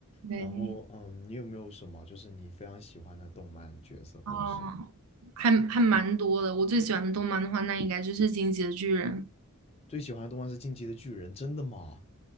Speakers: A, on the right (about 75°); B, on the left (about 25°).
A: 对，
B: 然后，嗯，你有没有什么就是你非常喜欢的动漫角色，或者是
A: 哦，还还蛮多的。我最喜欢的动漫的话，那应该就是《进击的巨人》。
B: 最喜欢的动漫是《进击的巨人》？真的吗？